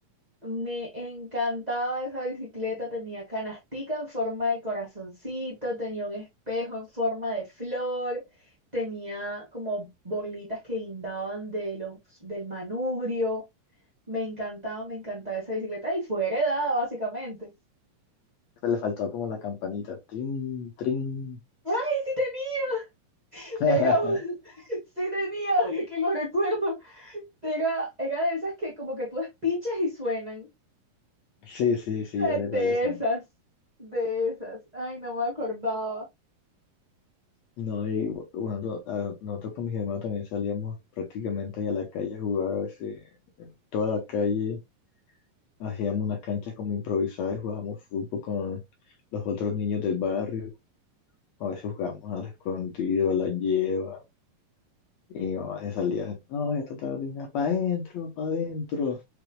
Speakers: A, on the right; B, on the left.
A: me encantaba esa bicicleta, tenía canastica en forma de corazoncito, tenía un espejo en forma de flor, tenía como bolitas que guindaban de los, del manubrio. Me encantaba, me encantaba esa bicicleta y fue heredada básicamente.
B: Pues le faltaba como la campanita, trin, trin.
A: ¡Ay, sí tenía!
B: <laughs>
A: Era un- <laughs> sí tenía, ahora que lo recuerdo. Era, era de esas que como que tú despichas y suenan.
B: Sí, sí, sí,
A: Eh,
B: yo sé
A: De
B: cuáles son.
A: esas, de esas. Ay, no me acordaba.
B: No, y bueno, no- a- nosotros con mis hermanos también salíamos prácticamente ahí a la calle a jugar, a toda la calle. Hacíamos una cancha como improvisada y jugábamos fútbol con los otros niños del barrio. A veces jugábamos al escondido, a la lleva. Y mi mamá se salía, no, esta tarde, venga, para adentro, para adentro.